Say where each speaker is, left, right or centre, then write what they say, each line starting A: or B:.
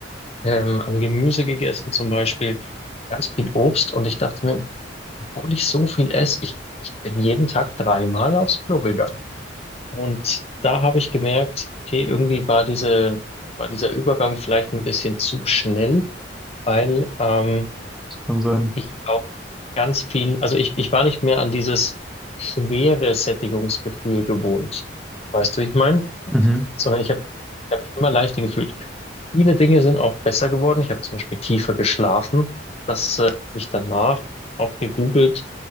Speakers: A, on the left; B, in the centre.
A: an Gemüse gegessen, zum Beispiel ganz viel Obst. Und ich dachte mir, obwohl ich so viel esse, ich, ich bin jeden Tag dreimal aufs Klo gegangen. Und da habe ich gemerkt, okay, irgendwie war diese, war dieser Übergang vielleicht ein bisschen zu schnell, weil ähm,
B: das kann sein.
A: ich auch ganz viel, also ich, ich war nicht mehr an dieses schwere Sättigungsgefühl gewohnt. Weißt du, wie ich meine?
B: Mhm.
A: Sondern ich habe hab ich hab mich immer leichter gefühlt. Viele Dinge sind auch besser geworden. Ich habe zum Beispiel tiefer geschlafen. Das äh, habe ich danach auch gegoogelt.